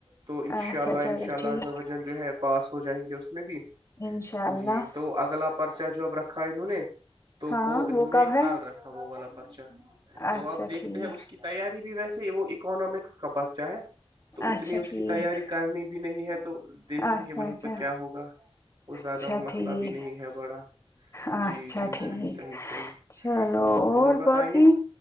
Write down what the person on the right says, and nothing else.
تو ان شاء
اللہا
پاس ہو جائیں گے اس میں بھی
جی تو اگلا پرچہ جو اب رکھا انہوں نے تو
وہ انہوں
نے
کال را والا پرچا تو
اب دیکھتے
ہیں اس کی تیاری بھی ویسے وہ اکنمکس کا پرت تھا چاہ تو اتنی
اس
کی تیاری کرنی بھی نہیں ہے تو دیکھیں
گے وہیں
پہ کیا ہوگا وہ زیادہ
وہ مسئلہ
بھی نہیں ہے بڑا
جی جی
جی صحیح صحیح
ہاں اور بتائیے